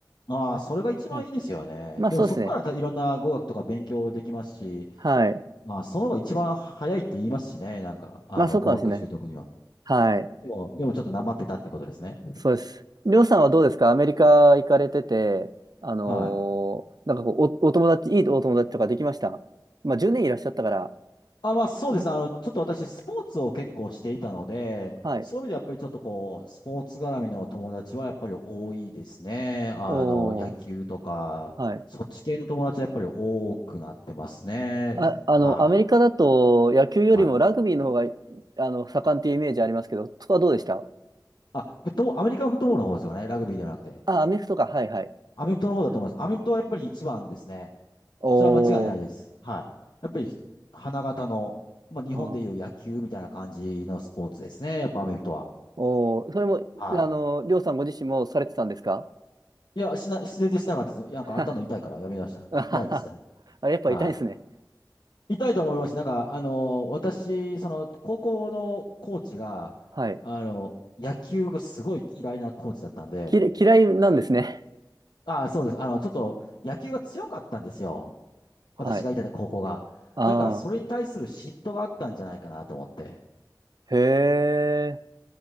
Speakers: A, on the left; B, on the right.
A: ああ、それが一番いいですよね。
B: はいまあそうですね。
A: でもそこからたいろんな語学とか勉強できますし、
B: はい。
A: まあその方が一番早いって言いますしね。なんか、あの、
B: まあそうかもしれない。
A: 語学習得には。
B: はい。
A: でも、でもちょっとなまってたってことですね。
B: そうです。りょうさんはどうですかアメリカ行かれてて、あのーなんかこう、
A: はい。
B: お、お友達、いいお友達とかできましたまあ10年いらっしゃったから。
A: あ、まあそうです。
B: うん
A: あの、ちょっと私、スポーツを結構していたので、
B: はい。
A: そういう意味ではやっぱりちょっとこう、スポーツ絡みの友達はやっぱり多いですね。あの、
B: おー、
A: 野球とか、
B: はい。
A: そっち系の友達はやっぱり多くなってますね。
B: あ、あの、
A: はい。
B: アメリカだと野球よりもラグビーの方が、
A: はい。
B: あの、盛んっていうイメージありますけど、そこはどうでした
A: あ、フットボール、アメリカンフットボールの方ですよね。ラグビーではなくて。
B: あ、アメフトか、はいはい。
A: アメフトの方だと思います。
B: うん
A: アメフトはやっぱり一番ですね。
B: おー、
A: それは間違いないです。はい。やっぱり、花形の、まあ日本でいう野球みたいな感じのスポーツですね。
B: うん
A: やっぱアメフトは。
B: おー、それも、
A: はい。
B: あの、りょうさんご自身もされてたんですか
A: いや、しな、全然しなかったです。なんか頭痛いからやめました。
B: はあはは
A: 嫌でした。
B: <laughs> あれ、やっぱ痛いですね。
A: はい。痛いと思いますし、なんか、あのー私、その、高校のコーチが、
B: はい。
A: あの、野球がすごい嫌いなコーチだったんで、
B: きれ、嫌いなんですね。
A: ああ、そうです。あの、ちょっと、野球が強かったんですよ。
B: はい。
A: 私がいた高校が。
B: ああ、
A: だから、それに対する嫉妬があったんじゃないかなと思って。
B: へえ、